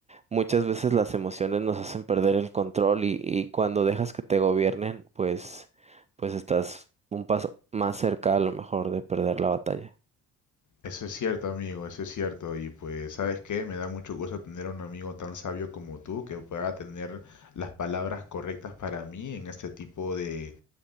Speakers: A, on the right; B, on the left.
A: muchas veces las emociones nos hacen perder el control y, y cuando dejas que te gobiernen, pues, pues estás un paso más cerca a lo mejor de perder la batalla.
B: eso es cierto, amigo, eso es cierto. Y pues, ¿sabes qué? Me da mucho gusto tener un amigo tan sabio como tú que pueda tener las palabras correctas para mí en este tipo de,